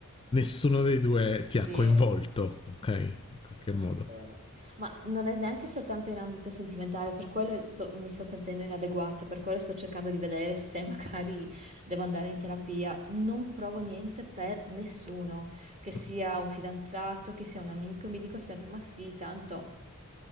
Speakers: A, on the left (about 25°); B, on the right (about 30°).
A: nessuno dei 2 ti ha
B: Sì.
A: coinvolto, okay,
B: No,
A: in qualche
B: proprio
A: modo.
B: zero. Ma non è neanche soltanto in ambito sentimentale, per quello sto- mi sto sentendo inadeguata, per quello sto cercando di vedere se magari devo andare in terapia. Non provo niente per nessuno, che
A: Mh-mh,
B: sia un fidanzato, che sia un amico, mi dico sempre, ma sì, tanto